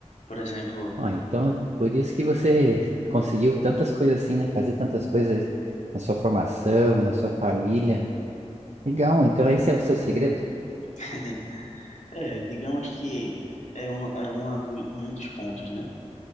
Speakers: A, on the left; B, on the right.
A: Por exemplo,
B: Ó, então é por isso que você conseguiu tantas coisas assim, né? Fazer tantas coisas na sua formação, na sua família. Legal, então esse é o seu segredo?
A: <laughs> É, digamos que é, um, é uma do, é um dos pontos, né?